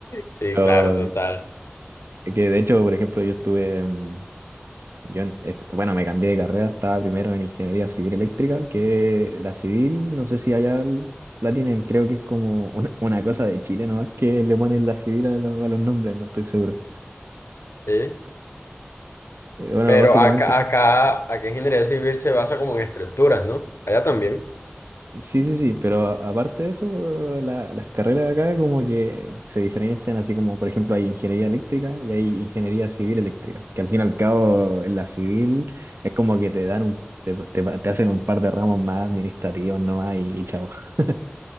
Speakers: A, on the left; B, on the right.
A: Sí,
B: Pero,
A: claro, total.
B: Sí. que de hecho, por ejemplo, yo estuve, mm, yo, en- est- bueno, me cambié de carrera, estaba primero en ingeniería civil eléctrica, que la civil, no sé si allá l- la tienen, creo que es como una, una cosa de Chile, ¿no? Es que le ponen la civil a los, a los nombres, no estoy seguro.
A: Sí.
B: Eh, Bueno,
A: Pero
B: básicamente
A: acá, acá, acá ingeniería civil se basa como en estructuras, ¿no? Allá también.
B: Sí, sí, sí, pero a- aparte de eso, la- las carreras de acá como que se diferencian, así como por ejemplo hay ingeniería eléctrica y hay ingeniería civil eléctrica, que al fin y al cabo en la civil es como que te dan un, te, te- te hacen un par de ramos más administrativos nomás y, y chao, <laughs>